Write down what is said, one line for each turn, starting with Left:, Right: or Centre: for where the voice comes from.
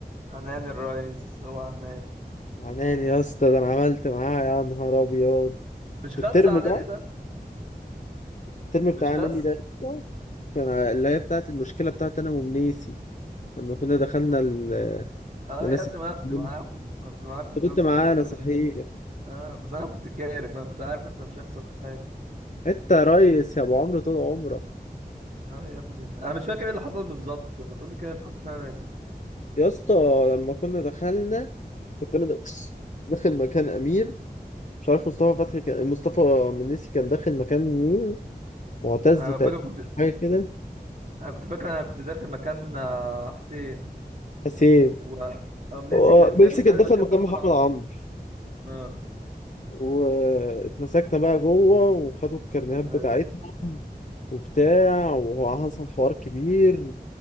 Right: عناني الرئيس هو عناني
Left: عناني يا اسطى ده انا عملت معاه يا نهار ابيض
Right: مش خاص
Left: الترم
Right: عناني
Left: ده
Right: ده
Left: الترم بتاع
Right: مش خاص
Left: عناني ده يا اسطى، كان ع- اللي هي بتاعت المشكلة بتاعت أنا ومنيسي لما كنا دخلنا ال-
Right: اه
Left: لناس
Right: يا ابني
Left: التحكيم.
Right: ما انا كنت معاكم ما أنا كنت معاكم
Left: أنت
Right: في
Left: كنت
Right: نفس
Left: معانا
Right: المشكله
Left: صحيح
Right: دي اه بس انا كنت كارف انا كنت عارف احنا مش هيحصل حاجه
Left: أنت يا ريس يا أبو عمرو طول عمرك
Right: اه يا ابني انا مش فاكر ايه اللي حصل بالظبط ما تقول لي كده إيه اللي حصل عشان انا ناسي
Left: يا اسطى لما كنا دخلنا كنت انا دا- داخل مكان امير مش عارف مصطفى فتحي كان مصطفى منيسي كان داخل مكان مين معتز
Right: انا
Left: تقريبا
Right: فاكر كنت
Left: حاجه كده
Right: انا كنت فاكر انا كنت داخل مكان آه، حسين
Left: حسين
Right: و امنيسي
Left: هو
Right: كان
Left: ميسي
Right: داخل بتاع
Left: كان داخل
Right: مكان
Left: مكان
Right: محمد
Left: محمد
Right: عمرو
Left: عمرو
Right: اه
Left: واتمسكنا بقى جوه وخدوا الكارنيهات
Right: ايوه
Left: بتاعتهم وبتاع وهو حصل حوار كبير